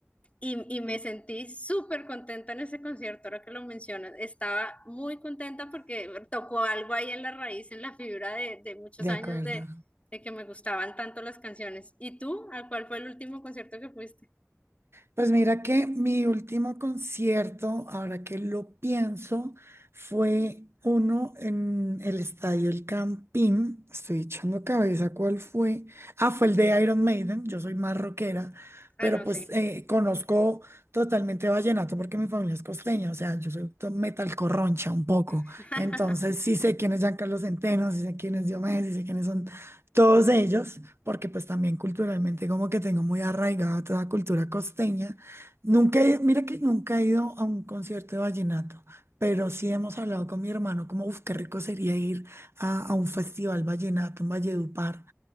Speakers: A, on the left; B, on the right.
A: y, y me sentí súper contenta en ese concierto, ahora que lo mencionas. Estaba muy contenta porque tocó algo ahí en la raíz, en la fibra de, de muchos
B: De
A: años
B: acuerdo.
A: de, de que me gustaban tanto las canciones. ¿Y tú? ¿A cuál fue el último concierto que fuiste?
B: Pues mira que mi último concierto, ahora que lo pienso, fue uno en el Estadio El Campín. Estoy echando cabeza cuál fue. Ah, fue el de Iron Maiden. Yo soy más rockera,
A: Ah,
B: pero
A: no
B: pues
A: sé.
B: eh, conozco totalmente vallenato porque mi familia es costeña. O sea, yo soy to- metal corroncha un poco.
A: <laughs>
B: Entonces sí sé quién es Giancarlo Centeno, sí sé quién es Diomedes, sí sé quiénes son todos ellos porque pues también culturalmente como que tengo muy arraigada toda la cultura costeña. Nunca he- mira que nunca he ido a un concierto de vallenato, pero sí hemos hablado con mi hermano como, uff, qué rico sería ir a, a un festival vallenato en Valledupar